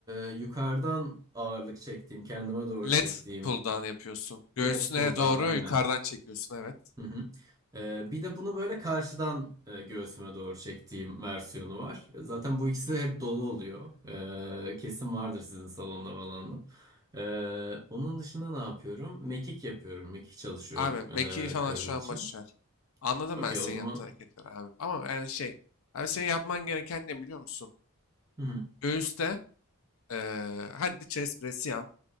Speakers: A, on the right; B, on the left.
A: e, yukarıdan ağırlık çektiğim, kendime doğru
B: LED
A: çektiğim
B: pull down yapıyorsun. Göğsüne
A: lat pull
B: doğru
A: down aynen.
B: yukarıdan çekiyorsun evet.
A: Hı hı. Ee, bir de bunu böyle karşıdan e, göğsüme doğru çektiğim versiyonu var. Zaten bu ikisi hep dolu oluyor. Ee, kesin vardır sizin salonda falan da. Ee, onun dışında ne yapıyorum? Mekik yapıyorum. Mekik çalışıyorum
B: Abi
A: ee,
B: Meki falan
A: karın
B: şu
A: için.
B: an başlar. Anladım
A: Okey
B: ben senin
A: o zaman.
B: yaptığın hareketleri abi. Ama yani şey. Abi senin yapman gereken ne biliyor musun?
A: Hı hı.
B: Göğüste eee hadi chest press'i yap.